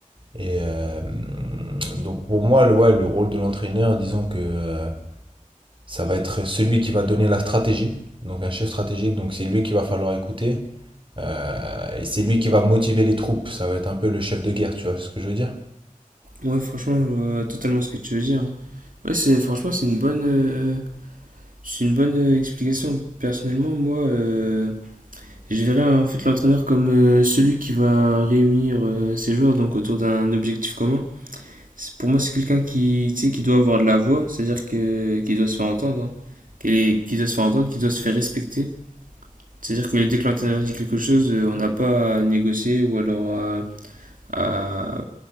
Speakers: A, on the right; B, on the right.
A: Et euh, donc pour moi, le, ouais, le rôle de l'entraîneur, disons que euh, ça va être celui qui va donner la stratégie, donc un chef stratégique, donc c'est lui qu'il va falloir écouter. Euh, et c'est lui qui va motiver les troupes, ça va être un peu le chef de guerre, tu vois ce que je veux dire?
B: Ouais, franchement, je vois totalement ce que tu veux dire. Ouais, c'est franchement, c'est une bonne, euh, c'est une bonne euh, explication. Personnellement, moi, euh, Je verrais en fait l'entraîneur comme euh, celui qui va réunir euh, ses joueurs donc autour d'un objectif commun. C'est- Pour moi, c'est quelqu'un qui, tu sais, qui doit avoir de la voix, c'est-à-dire que qui doit se faire entendre, hein. qui, qui doit se faire entendre, qui doit se faire respecter. C'est-à-dire que dès que l'entraîneur dit quelque chose, euh, on n'a pas à négocier ou alors à, à-